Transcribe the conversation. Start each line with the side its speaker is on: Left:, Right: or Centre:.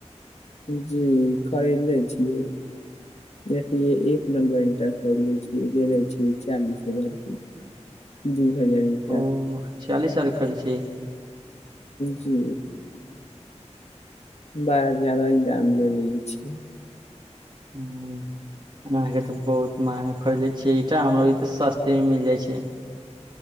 Left: जी खरीदले छियै। देतियै एक नम्बर ईंटा खरीदले छियै दे दै छियै चालीस हजार के दू हजार ईंटा।
Right: ओ छियालिस आर खइले छियै।
Left: जी बड़ा ज्यदा ही दाम ले लेले छी।
Right: <unintelligible> अहाँके तऽ बहुत मंहगा खरीद ले छियै ईंटा हमरा आरि के तऽ सस्तेमे मिल जाय छैय।